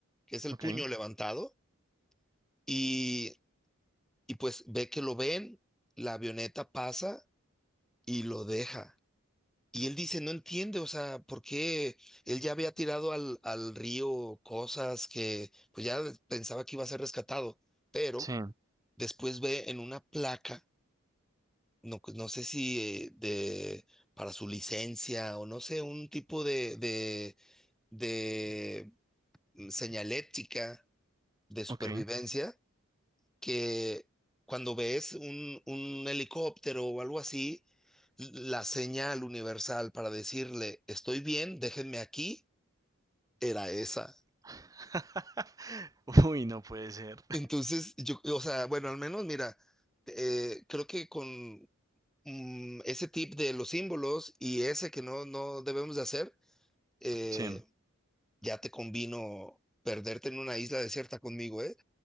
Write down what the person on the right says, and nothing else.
ok,
sí,
ok.
<laughs> Uy, no puede ser.
Sí.